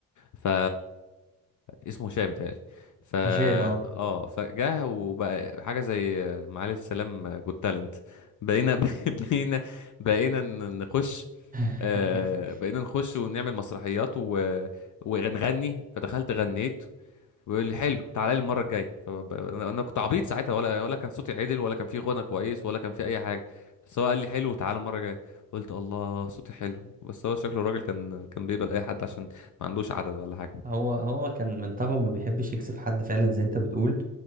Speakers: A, on the left; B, on the right.
A: ف اسمه هشام متهيألي ف اه
B: هشام اه
A: فجاه وبقى حاجه زي معالي السلام جود تالنت بقينا <laughs> بقينا بقينا ن- نخش
B: <laughs>
A: آه بقينا نخش ونعمل مسرحيات و... ونغني فدخلت غنيت ويقول لي حلو تعالى لي المره الجايه فب- انا أنا كنت عبيط ساعتها ولا ولا كان صوتي عدل ولا كان في غنى كويس ولا كان في اي حاجه بس هو قال لي حلو تعالى المره الجايه قلت الله صوتي حلو بس هو شكله الراجل كان كان بيقبل اي حد عشان ما عندوش عدد ولا حاجه
B: هو هو كان من طبعه ما بيحبش يكسف حد فعلا زي انت بتقول